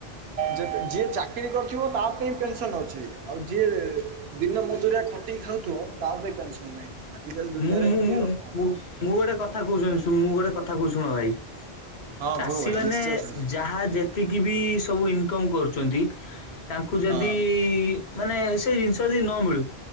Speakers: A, on the right (about 75°); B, on the left (about 85°).
A: ଯେମିତି ଯିଏ ଚାକିରୀ କରିଥିବ ତା ପାଇଁ ପେନସନ ଅଛି ଆଉ ଯିଏ ଦିନ ମଜୁରଆ ଖଟିକି ଖାଉଥିବ ତା ପାଇଁ ପେନସନ ନାହିଁ ଆଜିକାଲି ଦୁନିଆରେ
B: ମୁଁ ମୁଁ
A: ଏମିତି
B: ମୁଁ
A: ଆଉ କଣ
B: ମୁଁ
A: କରିବା।
B: ମୁଁ ଗୋଟେ କଥା କହୁଚନୀ ଶୁଣୁ ମୁଁ ଗୋଟେ କଥା କହୁ ଶୁଣ ଭାଇ
A: ହଁ
B: ଚାଷୀ
A: କୁହ ଭାଇ
B: ମାନେ
A: ନିଶ୍ଚୟ ଶୁଣିବି
B: ଯାହା ଯେତିକି ବି ସବୁ ଇନକମ କରୁଛନ୍ତି। ତାଙ୍କୁ ଯଦି
A: ହଁ
B: ମାନେ ସେ ଜିନିଷ ଯଦି ନ ମିଳୁ